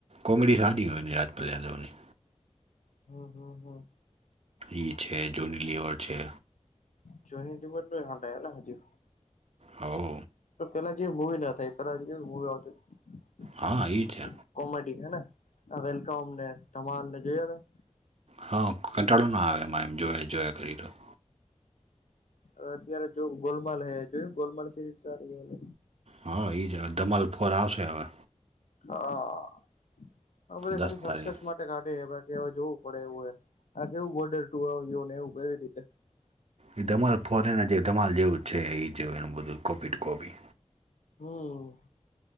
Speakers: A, on the right; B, on the left.
A: કોમેડી સારી હોય રાજપલ યાદવની
B: હમ હમ હમ
A: ઈ છે જોનીલિવર છે
B: જોનીલીવર <unintelligible> હજુ
A: હવ
B: તો પેલા જેવી મુવી ના થાય પેલાવી મુવી આવતી હતી
A: હા ઈ છે
B: કોમેડી હેને વેલકમને ધમાલને જોયા તા
A: હા કંટાળો ના આવે એમાં એમ જોયા જોયા કરી તો
B: હ અત્યારે જો ગોલમાલ હે જોયું ગોલમાલ સિરીઝ સારી <inaudible>
A: હા ઈ જ ધમાલ ફોર આવશે હવે
B: હા હ બધ
A: દસ
B: ખાલી સક્સેસ
A: તારીખ
B: માટે કાઢે બાકી જોવું પડે એવું એ. આ કેવું બોર્ડર ટ આવને એવું કેવી રીતે.
A: એ ધમાલ ફોરેન જે ધમાલ જેવું છે એ જો એનું બધું કોપી ટુ કોપી
B: હમ.